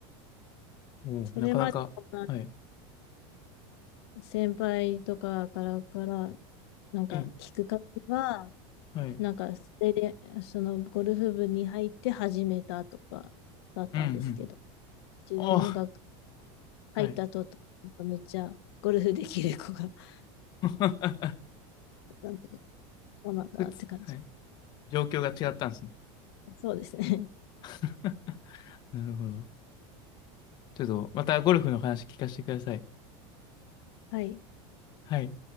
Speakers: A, on the left; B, on the left.
A: おーなかなか。
B: それまでそん
A: はい。
B: な先輩とかからから、なんか聞く方が、
A: ええ、はい。
B: なんかそれで、そのゴルフ部に入って始めたとかだったんですけど、
A: うんうん。
B: 自分の学、
A: あ
B: 入ったと
A: あ、はい。
B: めっちゃゴルフできる子が <laughs>
A: <laughs>
B: いたんで、そうなんだって感じ。
A: 普通、はい。状況が違ったんですね。
B: そうですね。
A: <laughs> なるほど。ちょっとまたゴルフの話聞かせてください。
B: <laughs> はい。
A: はい。